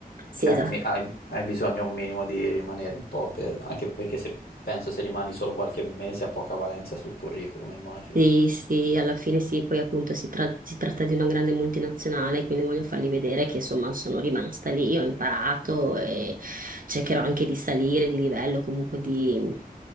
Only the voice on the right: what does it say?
sì,
esatto,
Sì, sì, alla fine sì, poi appunto si, tra- si tratta di una grande multinazionale, quindi voglio fargli vedere che insomma sono rimasta lì, ho imparato e cercherò anche di salire di livello, comunque di